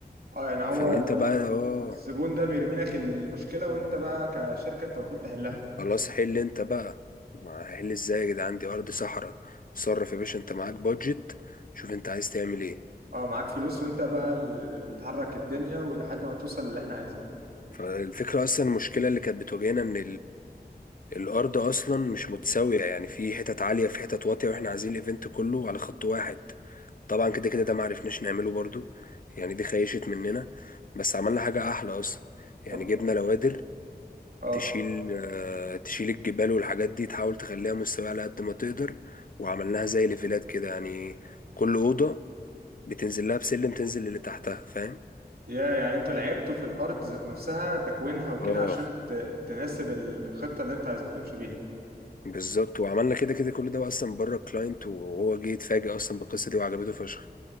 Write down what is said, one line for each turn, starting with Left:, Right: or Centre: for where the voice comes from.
Right: اه يعني هو
Left: فان
Right: ال-
Left: انت بقى اه
Right: الزبون ده بيرمي لك المشكلة وانت بقى كشركة انت المفروض تحلها
Left: خلاص حل انت بقى ما هحل ازاي يا جدعان دي ارض صحراء صرف يا باشا انت معاك بادجت شوف انت عايز تعمل ايه
Right: اه معاك فلوس وانت بقى اللي بتحرك الدنيا ولحد ما توصل للي احنا عايزينه
Left: فالفكره اصلا المشكله اللي كانت بتواجهنا ان الارض اصلا مش متساويه يعني في حتت عاليه في حتت واطيه واحنا عايزين الايفنت كله على خط واحد طبعا كده كده ده معرفناش نعمله برضو يعني دي خيشت مننا بس عملنا حاجه احلى اصلا يعني
Right: طب
Left: جبنا لوادر
Right: اه
Left: تشيل آه، تشيل الجبال والحاجات دي تحاول تخليها مستويه على قد ما تقدر وعملناها زي ليفلات كده يعني كل اوضه بتنزل لها بسلم تنزل اللي تحتها فاهم
Right: يا يعني انتوا لعبتوا في الارض ذات نفسها تكوينها وكده
Left: اه
Right: عشان ت- تناسب الخطة اللي انتوا عايزين تمشوا بيها
Left: بالظبط وعملنا كده كده كل ده اصلا بره الكلاينت وهو جه يتفاجئ اصلا بالقصه دي وعجبته فشخ